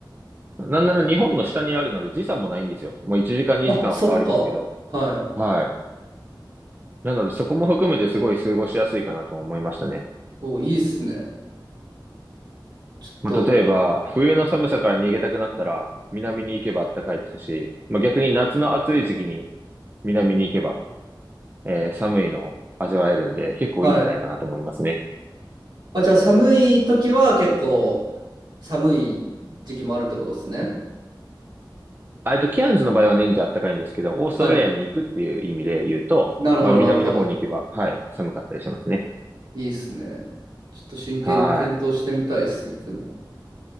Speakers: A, on the right; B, on the right.
A: なんなら日本の下にあるので時差もないんですよ。もう1時間2時間は変わりますけど。
B: あ、そっか。はい。
A: はい。なのでそこも含めてすごい過ごしやすいかなと思いましたね。
B: お、いいっすね。ちょっと。
A: まあ、例えば、冬の寒さから逃げたくなったら、南に行けば暖かいですし、まあ、逆に夏の暑い時期に南に行けば、えー寒いのを味わえるんで、結構いいんじゃないかなと思いますね。
B: はい。あ、じゃあ寒い時は結構寒い時期もあるってことですね。
A: あえっと、キアンズの場合は年中暖かいんですけど、オーストラリアに行くっていう意味で言うと、
B: はい。なるほど、
A: まあ、南の方に行けば、
B: なるほど。
A: はい、寒かったりしますね。
B: いいっすね。ちょっと真剣に検討してみたいっす、
A: はい。
B: 行くの。